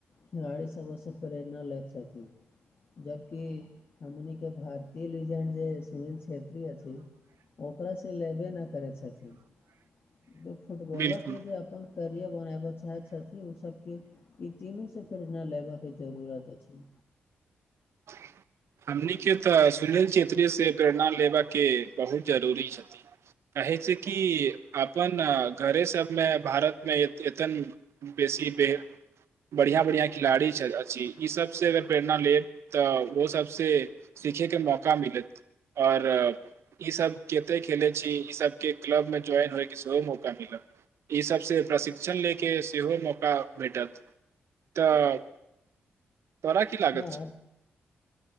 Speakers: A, on the left (about 55°); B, on the right (about 70°).
A: खिलड़ी सबसँ प्रेरणा लेत छथि जब कि हमन के भारतीय लेजेंड जे। सुनील छेत्री अछि ओकरा से लेबे नहि करै छै। छथि फुटबॉलके
B: बिल्कुल
A: जे अपन। करिअ बनाबऽ चाहै छथिन उ सबके ई तीनू से प्रेरणा लेबबाक के जरूुरत अछि।
B: <unintelligible> हमनीके तऽ सुनील छेत्रीसँ प्रेरणा लेबाक के बहुत जरूरी छथिन। कहै छै कि अपन घरे सबमे भारतमे एतन। बेसी बे बढ़िआँ-बढ़िआँ खिलाड़ी अछि ई सबसँ अगर प्रेरणा लेब। तऽ ओ सबसँ सिखैके मौका मिलत आओर। ईसभ कतेक खेलैत छी ईसभके क्लबमे ज्वाइन होइके सेहो मौका मिलत ई सबसँ प्रशिक्षण ले के सेहो मौका भेटत। तऽ तोरा की लागत
A: हां
B: छ।